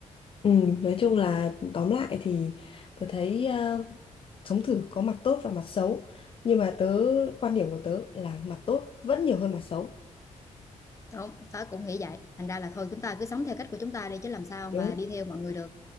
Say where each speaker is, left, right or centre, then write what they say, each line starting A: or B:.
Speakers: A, on the left; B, on the left.
A: ừ nói chung là tóm lại thì tôi thấy ờ, sống thử có mặt tốt và mặt xấu nhưng mà tớ quan điểm của tớ là mặt tốt vẫn nhiều hơn mặt xấu
B: đúng tớ cũng nghĩ vậy thành ra là thôi chúng ta cứ sống theo cách của chúng ta đi chứ làm sao
A: đúng
B: mà
A: không?
B: đi theo mọi người được